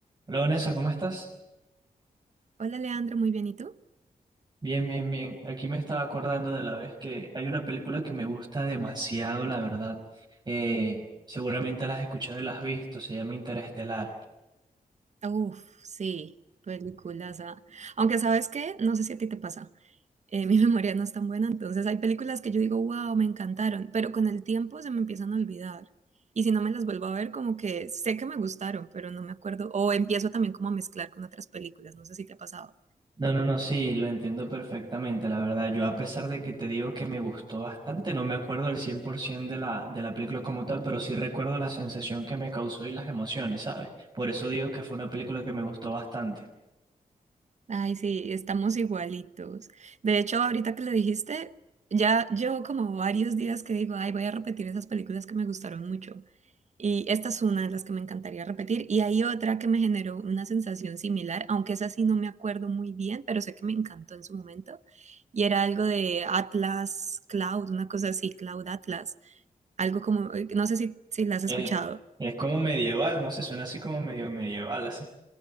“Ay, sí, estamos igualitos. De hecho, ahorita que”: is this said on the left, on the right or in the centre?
Right